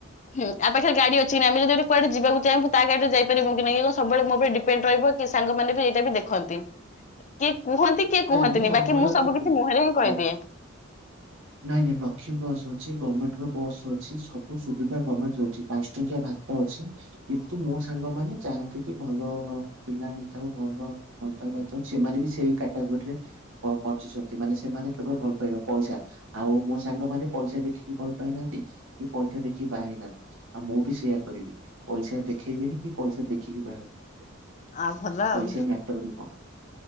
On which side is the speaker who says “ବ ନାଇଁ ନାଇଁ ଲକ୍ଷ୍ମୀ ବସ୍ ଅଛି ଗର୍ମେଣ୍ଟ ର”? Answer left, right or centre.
Right